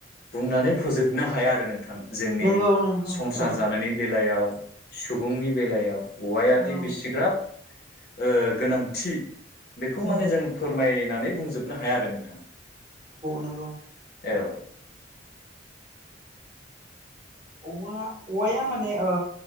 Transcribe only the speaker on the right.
नंगौ नंगौ
औ
औ
नंगौ
नोंगौ
औवा-औवाया माने ओ